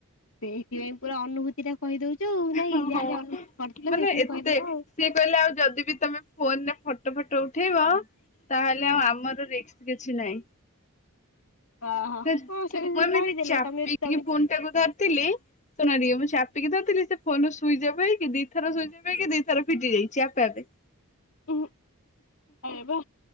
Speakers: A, on the left; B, on the left.
A: ସେଇଥିପାଇଁ ପୁରା ଅନୁଭୂତି ଟା କହିଦଉଛ ଆଉ ନାଇଁ
B: ହଁ।
A: ଯାହା ଯାହା ଅନୁଭବ କରିଥିଲ
B: ମାନେ
A: ସେଇଥିପାଇଁ
B: ଏତେ
A: କହିଦେଲ ଆଉ।
B: ସିଏ କହିଲେ ଆଉ ଯଦି ବି ତମେ ଫୋନରେ ଫଟୋ ଫଟୋ ଉଠେଇବ। ତାହେଲେ ଆଉ ଆମର ରିକ୍କ କିଛି ନାହିଁ।
A: ଓହୋ
B: ମୁଁ
A: ହଁ ସେ
B: ଏମତି
A: କହିଦେଲେ
B: ଚାପିକି
A: ତମେ ତମେ
B: ଫୋନ୍ ଟା କୁ ଧରି। ଥିଲି ଶୁଣଟିକେ ମୁଁ ଚାପ। କି ଧରିଥିଲ ସେ ଫୋନ ରୁ ସୁଇଚ୍ ଅଫ ହେଇକି ଦି ଥର ସୁଇଚ୍ଅଫ ହେଇିକି ଦି ଥର ଫିଟି ଯାଇଛି ଆପେ ଆପେ।
A: ଉହୁଁ ଆରେ ବା